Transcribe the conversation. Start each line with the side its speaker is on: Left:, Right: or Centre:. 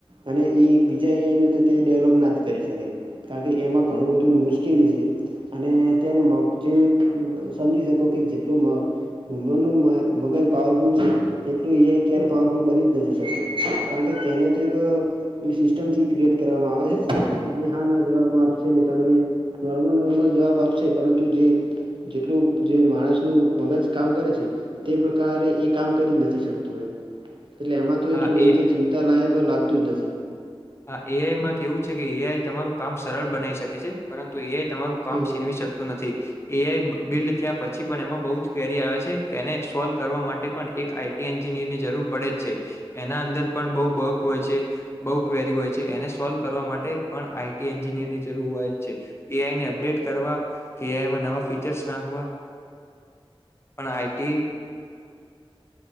Right: અને ઈ એક બીજા એ આઈને તો તે ડેવલોપ ના જ કરી શકે. કારણ કે એમાં ઘણું બધું મુશ્કેલી છે. અને અત્યારે મપ જે સમજી શકો કે જેટલું મા વુમનનું મ મગજ પાવરફુલ છે, એટલું એ આઈ ક્યારેય પાવરફુલ બની જ નથી શકતું. કારણ કે તેને તો એક એવી સિસ્ટમથી ક્રિએટ કરવામાં આવે છે, કે જે હા ના જવાબમાં આપશે ને તમે નોર્મલ-નોર્મલ જવાબ આપશે, પરંતુ જે ટલું જે માણસ નું મગજ કામ કરે છે તે પ્રકારે એ કામ કરી જ નથી શકતું એમ. એટલે એમાં તો
Left: હા
Right: એટલું બધી
Left: એ
Right: કંઈ ચિંતાલાાયક લાગતું જ નથી.
Left: હા. એ આઈમાં કેવું છે કે એ આઈ તમારું કામ સરળ બનાવી શકે છે, પરંતુ એ આઈ તમારું કામ
Right: હમ હમ
Left: છીનવી શક કતું નથી. એ આઈ બિલ્ડ થયા પછી પણ એમાં બહું જ ક્વેરી આવે છે, એને સોલ્વ કરવા માટે પણ એક આઈ ટી એન્જિનિયરની જરૂર પડે જ છે. એના અંદર પણ બહું બગ હોય છે, બહું કવેરી હોય છે. એને સોલ્વ કરવા માટે પણ આઈ ટી એન્જિનિયરની જરૂર હોય જ છે. એ આઈ ને અપડેટ કરવા કે એ આઈમાં નવા ફીચર્સ નાખવા પણ આઈ ટી